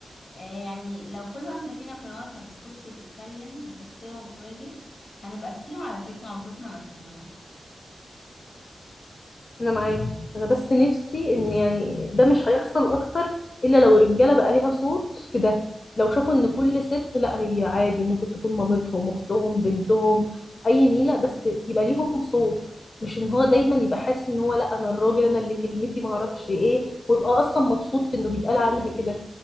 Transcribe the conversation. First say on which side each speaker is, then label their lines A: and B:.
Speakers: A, on the left; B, on the left.
A: آه يعني لو كل واحدة فينا قررت ما تسكتش وتتكلم وتختار وتواجه هنبقى كتير على فكرة وصوتنا مسموع
B: انا معاكي انا بس نفسي ان يعني ده مش هيحصل اكتر الا لو الرجالة بقى ليها صوت في ده لو شافوا ان كل ست لا هي عادي ممكن تكون مامتهم اختهم بنتهم اي نيلة بس يبقى ليهم صوت مش ان
A: مم.
B: هو دايما يبقى حاسس ان هو لا انا الراجل انا اللي كلمتي معرفش ايه ويبقى اصلا مبسوط في انه بيتقال عنها كده